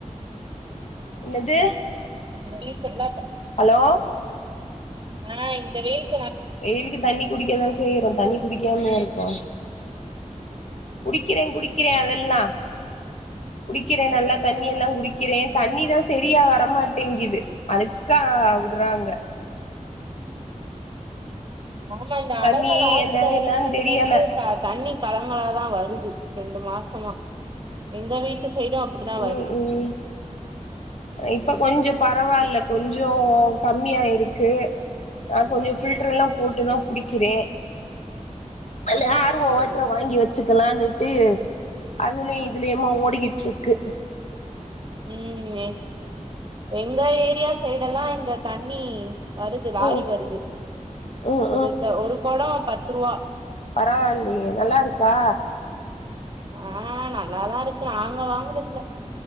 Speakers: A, on the left; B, on the right.
A: என்னது
B: பீஸ் ஃபுல்லா
A: ஹலோ
B: ஆ இந்த வெயில்
A: வெயிலுக்கு தண்ணி குடிக்காதா செய்யிறோ தண்ணி குடிக்காமயா இருக்கோ குடிக்கிறே குடிக்கிறே அதெல்லா குடிக்கிறே
B: சேரி
A: நல்லா தண்ணி
B: சேரி
A: எல்லா குடிக்கிறேன் தண்ணிதா செரியா வரமாட்டேங்குது அழுக்கா விட்றாங்க
B: ஆமா இந்த
A: தண்ணி
B: அழகர் ஆத்துல
A: எந்த
B: இறங்குனதுல
A: என்னன்னு தெரியல
B: இருந்து தண்ணி களங்களாதா வருது ரெண்டு மாசமா எங்க வீட்டு சைடும் அப்படிதா
A: ம்
B: வருது
A: ம் இப்ப கொஞ்சோ பரவால்ல கொஞ்சோ கம்மியாயிருக்கு நா கொஞ்சோ பில்டர் எல்லா போட்டுதா புடிக்கிறே இல்லனா ஆர்வோ
B: சேரி
A: வாட்டர வாங்கி வெச்சுக்கலான்னு ட்டு அதுலயு இதுலயுமா ஓடிக்கிட்டுட்ருக்கு
B: ம் எங்க ஏரியா சைட்டேல்லா இந்த தண்ணி வருது லாரி
A: ம்
B: வருது
A: ம்
B: ஒரு த ஒரு குடோ பத்து ரூபா
A: பரவால்லையே நல்லா இருக்கா
B: ஆ நல்லாதா இருக்கு நாங்க வாங்கறதில்ல